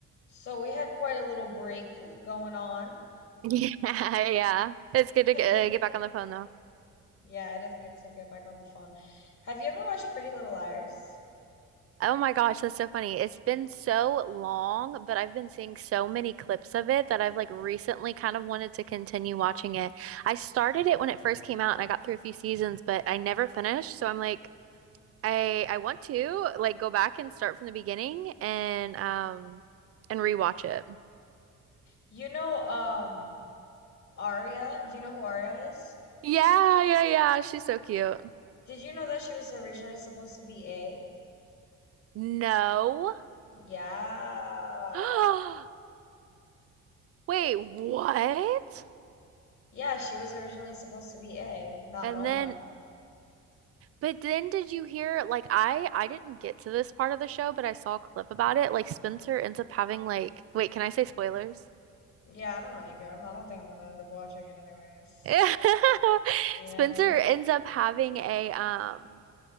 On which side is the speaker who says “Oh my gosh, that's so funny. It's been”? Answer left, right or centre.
Right